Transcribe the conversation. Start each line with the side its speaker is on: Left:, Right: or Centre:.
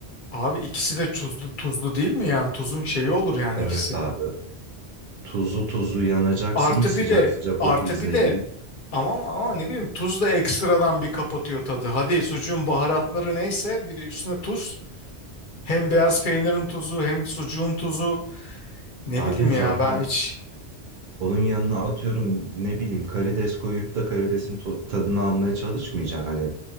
Left: Abi ikisi de tuzlu tuzlu değil mi yani tuzun şeyi olur yani
Right: Evet
Left: ikisi.
Right: abi. Tuzlu tuzlu yanacaksın.
Left: Artı
Right: Sıcak
Left: bir de
Right: sıcak
Left: artı
Right: o pizzayı
Left: bir de
Right: yiyip.
Left: Ama, ama ne bileyim tuz da ekstradan bir kapatıyor tadı. Hadi sucuğun baharatları neyse bir de üstüne tuz. Hem beyaz peynirin tuzu hem sucuğun tuzu. Ne
Right: Abi
Left: bileyim
Right: zaten
Left: ya ben hiç.
Right: Onun yanına atıyorum ne bileyim karides koyup da karidesin to- tadını almaya çalışmayacaksın. Hani